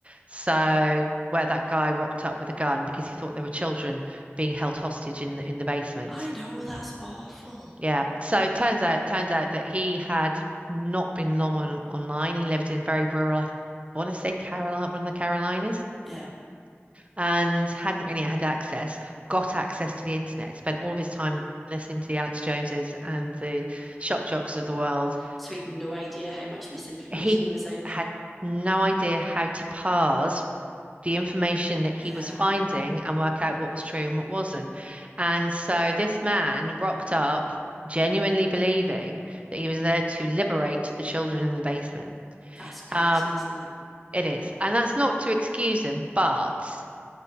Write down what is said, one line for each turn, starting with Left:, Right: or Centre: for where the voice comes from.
Right: so where that guy rocked up with a gun because he thought there were children being held hostage in the, in the basement.
Centre: I know, that's awful.
Right: Yeah. So it turns out turns out that he had not been long on online. He lived in very rural, I want to say Carolina, one of the Carolinas,
Centre: Yeah.
Right: and hadn't really had access, got access to the internet, spent all of his time listening to the Alex Joneses and the shock jocks of the world.
Centre: So we had no idea how much misinformation
Right: He
Centre: there was out there.
Right: had no idea how to parse the information that he
Centre: Yeah.
Right: was finding and work out what was true and what wasn't. And so this man rocked up, genuinely believing that he was there to liberate the children in the basement.
Centre: That's crazy,
Right: Um,
Centre: isn't it?
Right: it is. And that's not to excuse him, but,